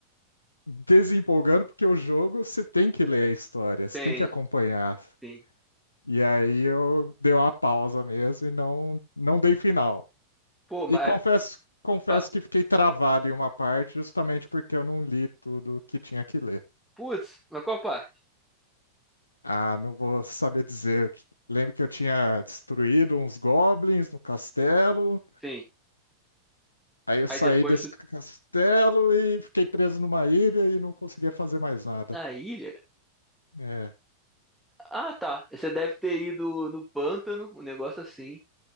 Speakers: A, on the left; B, in the centre.
A: desempolgando, porque o jogo você tem que ler a história, você
B: tem,
A: tem que acompanhar.
B: sim.
A: E aí eu dei uma pausa mesmo e não, não dei final.
B: Pô, mas.
A: E confesso, confesso
B: pa-
A: que fiquei travado em uma parte justamente porque eu não li tudo que tinha que ler.
B: Putz, mas qual parte?
A: Ah, não vou saber dizer. Lembro que eu tinha destruído uns goblins no castelo.
B: Sim.
A: Aí eu
B: Aí
A: saí
B: depois
A: desse
B: tu.
A: castelo e fiquei preso numa ilha e não conseguia fazer mais nada.
B: Na ilha?
A: É.
B: Ah, tá. Você deve ter ido no pântano, um negócio assim.